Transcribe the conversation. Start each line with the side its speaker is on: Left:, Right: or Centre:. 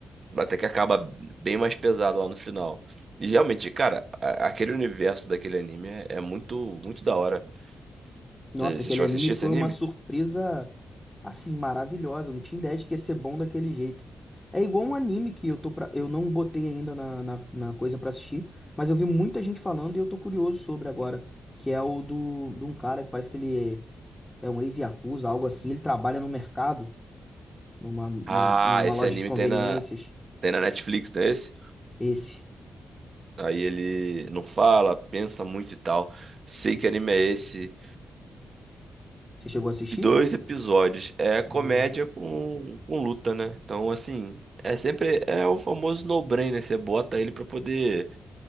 Right: Até que acaba bem mais pesado lá no final. E realmente, cara, a- aquele universo daquele anime é, é muito, muito da hora.
Left: Nossa,
Right: Você
Left: aquele
Right: você chegou
Left: anime
Right: a assistir
Left: foi
Right: esse anime?
Left: uma surpresa assim maravilhosa. Eu não tinha ideia de que ia ser bom daquele jeito. É igual um anime que eu tô pra... eu não botei ainda na, na, na coisa pra assistir, mas eu vi muita gente falando e eu tô curioso sobre agora, que é o do de um cara que parece que ele é é um ex-yakuza, algo assim. Ele trabalha no mercado, numa, num-
Right: Ah,
Left: numa
Right: esse
Left: loja
Right: anime
Left: de conveniências.
Right: tem na, tem na Netflix, não é esse?
Left: Esse.
Right: Aí ele não fala, pensa muito e tal. Sei que anime é esse.
Left: Você chegou a assistir?
Right: E dois episódios. É
Left: Não,
Right: comédia com, com luta, né? Então, assim, é sempre. É o famoso no-brainer. Você bota ele pra poder